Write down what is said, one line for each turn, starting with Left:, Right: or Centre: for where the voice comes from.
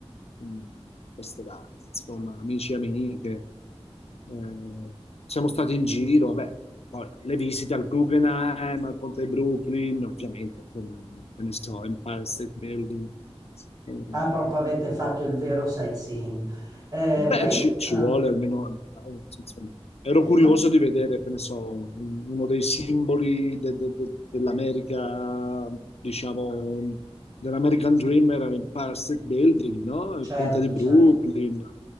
Left: eh, mh, queste varie, insomma, amici e amiche. Eh, siamo stati in giro, vabbè, poi le visite al Guggenheim, al Ponte di Brooklyn, ovviamente, insomma, eh, che ne so, Empire State Building. Eh,
Right: Ah, proprio avete fatto il vero sightseeing. Eh,
Left: Beh,
Right: ma io...
Left: ci, ci
Right: ah,
Left: vuole almeno, eh, insomma, ero curioso
Right: ma-
Left: di vedere, che ne so, un- uno dei simboli de- de- de- dell'America, diciamo, dell'American Dream era l'Empire State Building, no?
Right: certo,
Left: Il ponte di Brooklyn,
Right: certo.